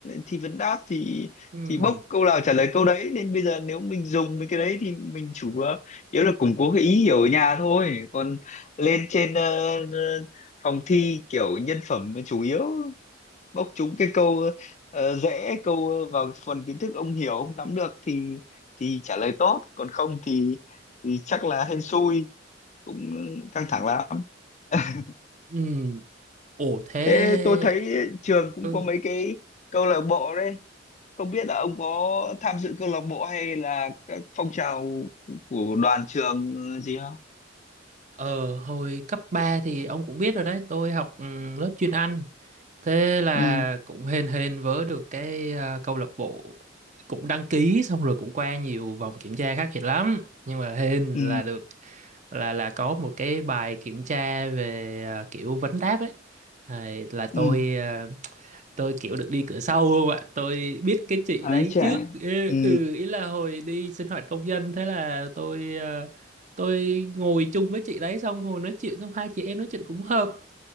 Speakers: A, on the left; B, on the right.
A: thi vấn đáp thì
B: Ừ.
A: thì bốc câu nào trả lời câu đấy nên bây giờ nếu mình dùng mấy cái đấy thì mình chủ yếu yếu là củng cố cái ý hiểu ở nhà thôi còn lên trên ờ, ờ, phòng thi kiểu nhân phẩm chủ yếu bốc trúng cái câu ờ, dễ câu vào phần kiến thức ông hiểu ông nắm được thì thì trả lời tốt còn không thì thì chắc là hên xui cũng căng thẳng lắm <laughs>
B: Ừ. Ồ thế
A: thế tôi thấy trường cũng
B: ừ.
A: có mấy cái câu lạc bộ đấy không biết là ông có tham dự câu lạc bộ hay là các phong trào của đoàn trường gì không
B: Ờ hồi cấp 3 thì ông cũng biết rồi đấy, tôi học ừ, lớp chuyên Anh. Thế là
A: ừ
B: cũng hên hên vớ được cái à, câu lạc bộ cũng đăng ký xong rồi cũng qua nhiều vòng kiểm tra khắc nghiệt lắm. Nhưng mà hên
A: ừ
B: là được là là có một cái bài kiểm tra về à, kiểu vấn đáp ấy. À, là tôi
A: ừ
B: à, tôi kiểu được đi cửa sau không ạ tôi biết cái chị đấy
A: ái chà
B: trước ừ,
A: ừ
B: ừ ý là hồi đi sinh hoạt công dân thế là tôi ờ, tôi ngồi chung với chị đấy xong ngồi nói chuyện xong hai chị em nói chuyện cũng hợp